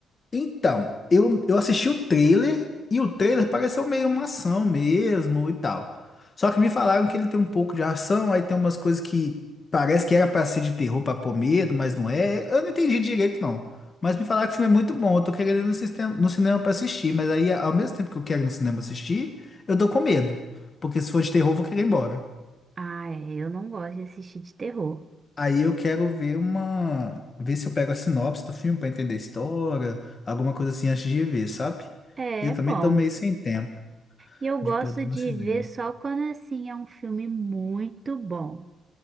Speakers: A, on the left; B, on the right.
A: Então, eu, eu assisti o trailer e o trailer pareceu meio uma ação mesmo e tal. Só que me falaram que ele tem um pouco de ação, aí tem umas coisas que parece que era pra ser de terror pra pôr medo, mas não é. Eu não entendi direito, não. Mas me falaram que o filme é muito bom, eu tô querendo ir no, sistema, no cinema pra assistir, mas aí ao mesmo tempo que eu quero ir no cinema assistir, eu tô com medo. Porque se for de terror, eu vou querer ir embora.
B: Ah, é, eu não gosto de assistir de terror.
A: Aí eu quero ver uma. Ver se eu pego a sinopse do filme pra entender a história, alguma coisa assim antes de ver, sabe?
B: É,
A: E eu
B: é
A: também
B: bom.
A: tô meio sem tempo
B: E eu
A: de
B: gosto
A: poder ir
B: de
A: no cinema.
B: ver só quando assim é um filme muito bom.